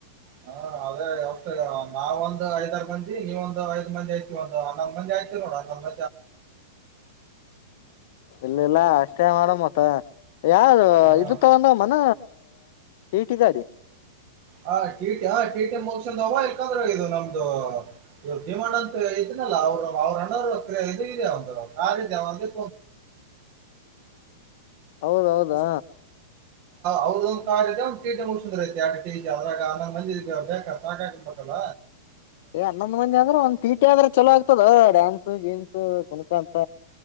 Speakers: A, on the right; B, on the left.
A: ಹಾ ಅದೇ ವಸ್ ನಾವ ಒಂದು್ ಐದಾರು ಮಂದಿ ಇ ನೀವ ಒಂದು ಐದ ಮಂದಿ ಆಐತಿ ಒಂದುಾಕ ಮಂದಿ ಆಯಐತಿ ನೋಡ ಮಂದ
B: ಇಲ್ಲಲ್ಲ ಅಷ್ಟೇ ಮಾಡ ಮತ್ತ ಯಾರು
A: ಹಾ
B: ಇದು ತಗೊಂಡವ ಮನ ಟೀಟಿ ಗಾಡಿ
A: ಹಟೀಟೆ ಟೀಟಿ ಮಸವ ಇಕಂದ್ರ ಇದು ನಮ್ದು ಭೀಮಣ ಅಂತ ಇದ ಇಲ್ಲಲ್ಲ ಅವರು ಅವ್ರನ್ನವರು ಇಂದ ಕಾಲಜಂದ
B: ಹೌದೌದಾ
A: ಅವೌದೊಂದ್ ಕಾರ್ ಒಂದ್ ಕೀಟ ಹಷಂದ್ರ ಐತಿ ಆಿ ಅ್ರಾಗ ಅ ಮಿ ಬೇಕ ಸಾಕ ಆಕಬೇಕಲ್ಲ
B: ಏ ಹನ್ನೊಂದ್ ಮಂದಿ ಆದಂದ್ರೆ ಒಂದ್ ಪೀಟಿ ಆದ್ರೆ ಚಲೋ ಆಗ್ತದ ಡ್ಯಾನ್ಸ್ ಗೇಮ್ಸ್ ಕುನಕ ಅಂತ